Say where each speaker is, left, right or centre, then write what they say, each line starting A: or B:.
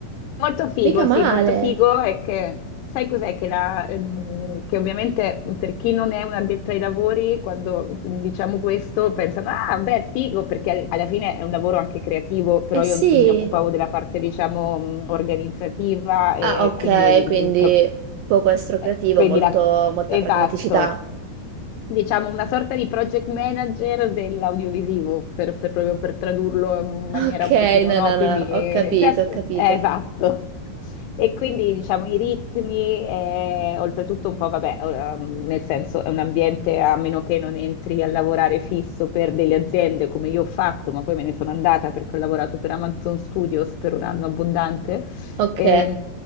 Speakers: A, on the left; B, on the right.
A: Molto figo,
B: Mica male.
A: sì, molto figo è che sai cos'è che, la, ehm, che ovviamente per chi non è un addetto ai lavori, quando diciamo questo pensano, ah, beh, figo, perché al- alla fine è un lavoro anche creativo, però
B: Eh sì.
A: io mi occupavo della parte, diciamo, mh, organizzativa e
B: Ah, ok,
A: quindi, mh,
B: quindi
A: di- pro-
B: poco estrocreativo,
A: eh, quindi
B: molto,
A: la-
B: molta
A: esatto,
B: pragmaticità.
A: diciamo, una sorta di project manager dell'audiovisivo, per, per- proprio per tradurlo in maniera
B: Ok,
A: un pochino,
B: no,
A: no?
B: no,
A: Quindi,
B: no,
A: eh,
B: ho capito,
A: questo-
B: ho capito.
A: eh, esatto. E quindi, diciamo, i ritmi, eh, oltretutto un po', vabbè, ehm, nel senso è un ambiente a meno che non entri a lavorare fisso per delle aziende come io ho fatto, ma poi me ne sono andata perché ho lavorato per Amazon Studios per un anno abbondante.
B: Ok,
A: Ehm,